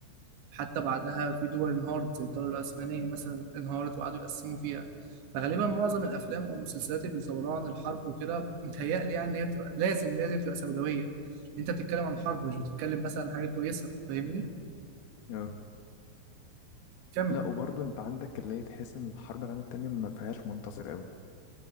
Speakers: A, on the right (about 65°); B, on the left (about 70°).
A: حتى بعدها في دول انهارت زي الدولة العثمانية مثلا انهارت وقعدوا يقسموا فيها فغالبا معظم الافلام او المسلسلات اللي بيصوروها عن الحرب وكده متهيألي يعني ان هي بتبقى لازم لازم تبقى سوداوية انت بتتكلم عن حرب مش بتتكلم مثلا عن حاجة كويسة فاهمني
B: اه
A: كمل
B: لا وبرضه أنت عندك اللي هي تحس إن الحرب العالمية التانية ما فيهاش منتصر أوي